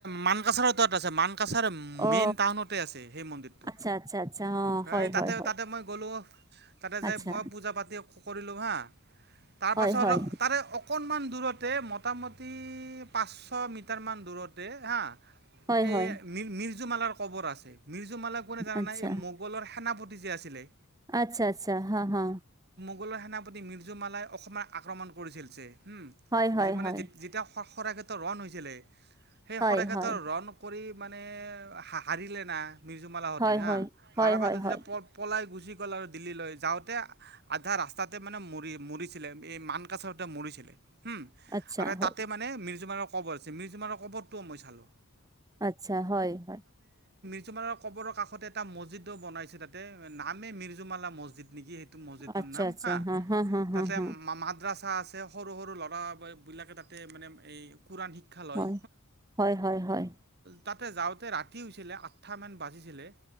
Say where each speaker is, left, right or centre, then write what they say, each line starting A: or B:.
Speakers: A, on the right (about 50°); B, on the right (about 15°).
A: মানকাছাৰ তাত আছে মানকাছাৰ
B: অ
A: মেইন টাউনতে আছে সেই মন্দিৰটো।
B: আচ্ছা আচ্ছা আচ্ছা অ
A: হয়, তাতে
B: হয়
A: তাতে মই গ'লো তাতে যোই
B: আচ্ছা
A: মই পূজা পাতি কৰিলোঁ হা তাৰপাছত
B: হয় হয়
A: তাৰে অকণমান দূৰতে মোটামুটি পাঁচশ মিটাৰ মান দূৰতে হা'
B: হয়
A: এই
B: হয়
A: মি মিৰ্জু মালাৰ কবৰ আছে। মিৰ্জ মালা কোনে জানা
B: আচ্ছা
A: নাই এই মোগলৰ সেনাপতি যে আছিলে।
B: আচ্ছা, আচ্ছা, হা, হা।
A: মোগল ৰ সেনাপতি মিৰ্জু মালাই অসমৰ আক্ৰমণ কৰিছিল
B: হয় হয়
A: মানে
B: হয়
A: তেতিয়া শৰাইঘাটৰ ৰণ হৈছিলে। সেই
B: হয়
A: শৰাইঘাট
B: হয়
A: ৰন কৰি মানে হাৰিলে না। মিৰ্জু মালাতে
B: হয়
A: হা
B: হয় হয়
A: সাৰা
B: হয়
A: পাইচা
B: হয়
A: যেতিয়া পলাই গুচি গ'ল আৰু দিল্লীলৈ যাওঁতে আধা ৰাস্তাতে মানে ম মৰিছিলে এই মানকাছতে মৰিছিলে। হম,
B: আচ্ছা
A: আৰু
B: হয়
A: তাতে মানে মিৰ্জুমাৰৰ কবৰ আছে। মিৰ্জুমাৰৰ কবৰটোও মই চালো।
B: আচ্ছা, হয়, হয়।
A: মিৰজুমলাৰ কবৰ কাষতে এটা মছজিদ বনাইছে তাতে নাম মিৰ্জু মালা মছজিদ নেকি সেইটো।। মছজিদ
B: আচ্ছা
A: তোৰ নাম
B: আচ্ছা
A: হা,
B: হা হা
A: তাতে
B: হা
A: মাদ্ৰাছা আছে সৰু সৰু লৰা বিলাকে মানে তাতে কোৰান শিক্ষা লয়।
B: হয় হয় হয় হয়
A: তাতে যাওঁতে ৰাতি হৈছিলে আঠটামান বাজিছিলে,